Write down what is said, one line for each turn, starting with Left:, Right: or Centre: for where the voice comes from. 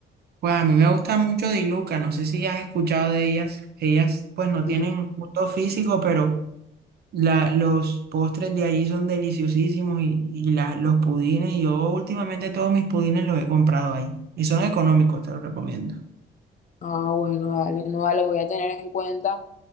Right: Pues a mí me gusta mucho Diluca, no sé si has escuchado de ellas. Ellas pues no tienen
Left: Mm.
Right: gusto físico, pero la, los postres de ahí son deliciosísimos y, y la- los pudines, yo últimamente todos mis pudines los he comprado ahí y son económicos, te los recomiendo.
Left: Ah, bueno, dale, no, dale, voy a tener en cuenta